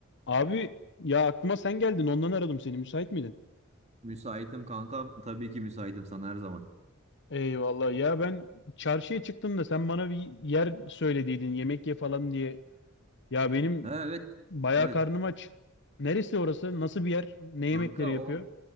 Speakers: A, on the left (about 55°); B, on the right (about 30°).
A: Abi ya aklıma sen geldin ondan aradım seni müsait miydin?
B: Müsaitim kanka. Tabii ki müsaitim sana her zaman.
A: Eyvallah ya ben çarşıya çıktım da sen bana bir yer söylediydin yemek ye falan diye. Ya benim
B: Ha, evet.
A: bayağı
B: Evet.
A: karnım aç. Neresi orası? Nasıl bir yer? Ne
B: Kanka
A: yemekleri yapıyor?
B: o